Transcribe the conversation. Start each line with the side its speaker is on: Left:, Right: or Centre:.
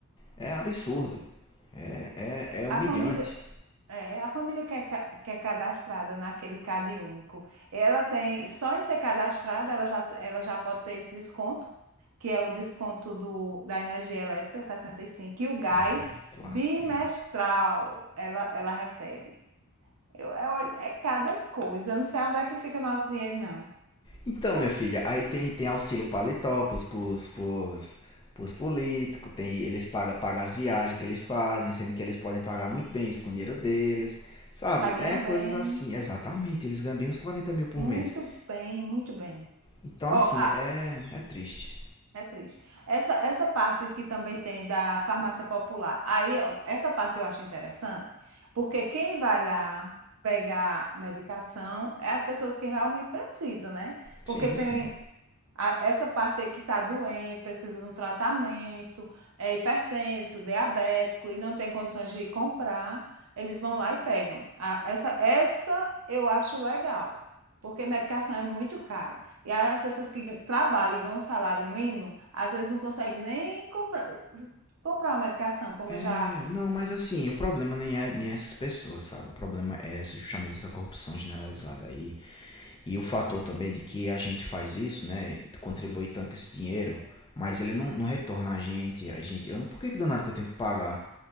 Left: é absurdo. É, é, é humilhante.
Right: A família, É, a família que é, ca- que é cadastrada naquele Cade Único, ela tem, só em ser cadastrada, ela já, ela já pode ter esse desconto, que é o desconto do, da energia elétrica 65, e cinco, e o gás
Left: Eita
Right: bimestral
Left: lasqueira.
Right: ela, ela recebe. Eu, é, olha, é cada coisa, eu não sei onde é que fica nosso dinheiro, não.
Left: Então,
Right: O-
Left: minha filha, aí tem, tem auxílio paletó pros, pros, pros, pros políticos, tem, eles pagam, pagam as viagens que eles fazem, sendo que eles podem pagar muito bem isso com o dinheiro deles, sabe?
Right: Já ganham
Left: É coisas
Right: bem,
Left: assim, exatamente, eles ganham bem uns 40 mil por
Right: muito
Left: mês.
Right: bem, muito bem.
Left: Então,
Right: Ó,
Left: assim,
Right: a-
Left: é, é triste.
Right: É triste. Essa, essa parte que também tem da farmácia popular, aí, ó, essa parte eu acho interessante, porque quem vai lá pegar medicação é as pessoas que realmente precisam, né?
Left: Sim,
Right: Porque tem,
Left: sim.
Right: a- essa parte aí que está doente, precisa de um tratamento, é hipertenso, diabético e não tem condições de comprar, eles vão lá e pegam. A- essa, essa eu acho legal, porque medicação é muito cara. E aí as pessoas que gan- trabalham e ganham um salário mínimo, às vezes não conseguem nem comprar, comprar uma medicação, como
Left: É,
Right: eu já
Left: não, mas assim, o problema nem é nem é essas pessoas, sabe? O problema é esse justamente essa corrupção generalizada aí, E o fator também de que a gente faz isso, né? Contribui tanto esse dinheiro, mas ele não, não retorna a gente. A gente. Eu não. Por que, que danado que eu tenho que pagar?